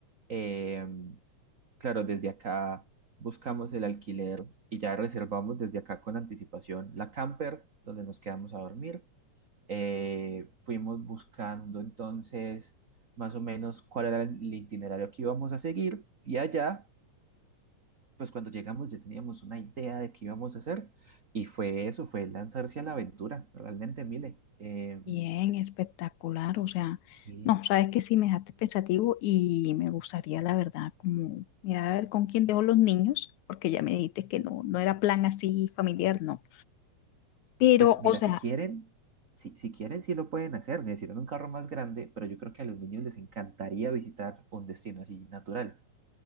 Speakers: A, on the right; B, on the left.
A: Eh, claro, desde acá buscamos el alquiler y ya reservamos desde acá con anticipación la camper donde nos quedamos a dormir. Eh, fuimos buscando entonces más o menos cuál era el itinerario que íbamos a seguir y allá pues cuando llegamos ya teníamos una idea de qué íbamos a hacer y fue eso, fue lanzarse a la aventura, realmente, mire. eh,
B: Bien, espectacular. O sea,
A: sí,
B: no, sabes que sí me dejaste pensativo y me gustaría, la verdad, como mirar a ver con quién dejo los niños, porque ya me dijiste que no, no era plan así familiar, no. Pero,
A: pues mira,
B: o sea,
A: si quieren, si, si quieren, sí lo pueden hacer, necesitan un carro más grande, pero yo creo que a los niños les encantaría visitar un destino así natural.